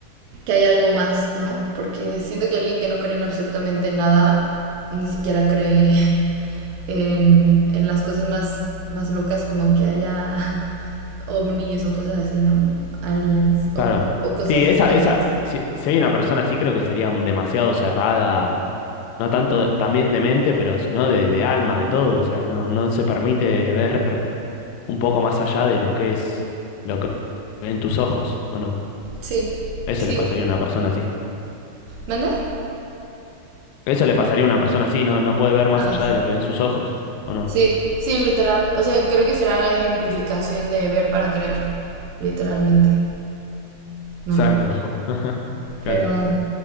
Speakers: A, on the right; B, on the left.
A: que hay algo más, ¿no? Porque siento que alguien que no cree en absolutamente nada, ni siquiera cree <laughs> en, en las cosas más, más locas como en que haya <laughs> ovnis o cosas así, ¿no? Aliens
B: claro.
A: o, o cosas
B: Sí, esa,
A: externas.
B: esa, si, si hay una persona así, creo que sería demasiado cerrada, no tanto también de mente, pero sino de, de alma, de todo. O sea, no, no se permite ver un poco más allá de lo que es, lo que ven tus ojos, ¿o no?
A: Sí,
B: Eso
A: sí.
B: le pasaría a una persona así.
A: ¿Mande?
B: Eso le pasaría a una persona así, no, no puede ver más
A: Ah,
B: allá de lo que ven sus ojos, ¿o no?
A: Sí, sí, literal. O sea, creo que será la ejemplificación de ver para creer, literalmente, ¿no?
B: Exacto. <laughs> Claro.
A: Pero,